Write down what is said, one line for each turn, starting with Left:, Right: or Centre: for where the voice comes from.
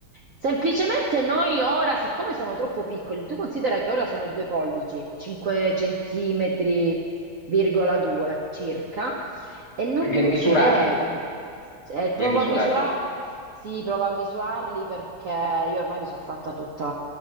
Right: Semplicemente noi ora, siccome sono troppo piccoli, tu considera che ora sono due pollici, 5 centimetri, virgola 2 circa, e non,
Left: Gli
Right: non
Left: è misurati,
Right: si vede. Eh,
Left: gli
Right: provo
Left: è misurati
Right: a misurare, sì, provo a misurarli perché io ormai mi sono fatta tutta